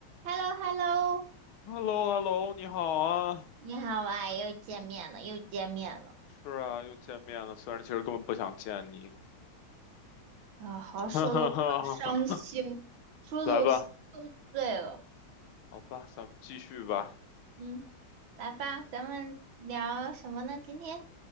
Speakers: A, on the right; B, on the left.
A: h e l l o h e l l o
B: h e l l o h e l l o 你好啊！
A: 你好啊，又见面了，又见面了
B: 是啊，又见面了，虽然其实根本不想见你。
A: 啊！好，
B: <laughs>
A: 说的我好伤心，
B: 哈哈哈，
A: 说的我心都碎了。
B: 来吧，好吧，咱们继续吧。
A: 嗯，来吧，咱们聊什么呢？今天？